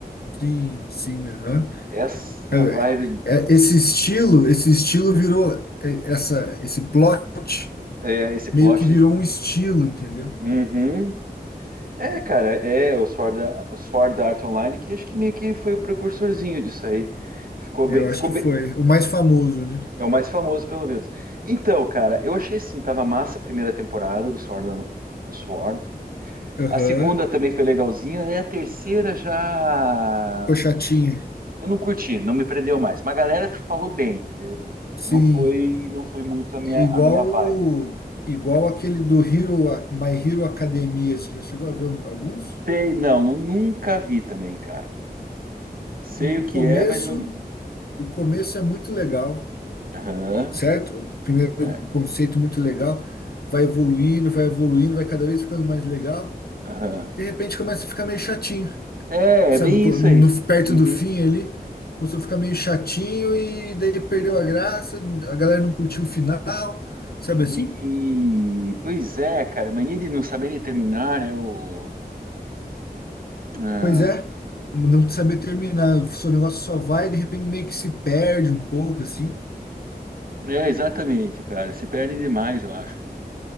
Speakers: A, on the left; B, on the right.
A: Sim, sim, aham.
B: Essa
A: É,
B: vibe,
A: é, esse estilo, esse estilo virou é, essa, esse plot
B: é, esse
A: meio
B: plot.
A: que virou um estilo, entendeu?
B: Uhum. É, cara, é o Sword, A- o Sword Art Online, que acho que meio que foi o precursorzinho disso aí. Ficou
A: Eu
B: bem, ficou
A: acho que
B: bem.
A: foi o mais famoso, né?
B: É o mais famoso, pelo menos. Então, cara, eu achei assim, tava massa a primeira temporada do Sword, Al- do Sword.
A: Aham,
B: A segunda também foi legalzinha, né? A terceira já.
A: Pochatinha.
B: eu não curti, não me prendeu mais. Mas a galera falou bem, entendeu?
A: Sim,
B: Não foi, não foi muito a minha,
A: é igual
B: a minha vibe.
A: o- igual aquele do Hero, My Hero Academia. Você já chegou a ver um- alguns?
B: Sei, não, não, nunca vi também, cara. Sei o
A: O
B: que
A: começo,
B: é, mas não.
A: o começo é muito legal,
B: Aham,
A: certo? O primeiro
B: certo.
A: conceito muito legal, vai evoluindo, vai evoluindo, vai cada vez ficando mais legal.
B: Aham.
A: De repente começa a ficar meio chatinho.
B: É,
A: sabe,
B: é bem
A: co-
B: isso
A: no,
B: aí.
A: perto
B: Uhum.
A: do fim ali, começou a ficar meio chatinho e daí perdeu a graça, a galera não curtiu o final, sabe
B: E,
A: assim?
B: pois é, cara, mania de não saber nem terminar, né? O... Ah,
A: Pois é, não saber terminar, o seu negócio só vai, de repente meio que se perde um pouco, assim,
B: é, exatamente, cara. Se perdem demais, eu acho.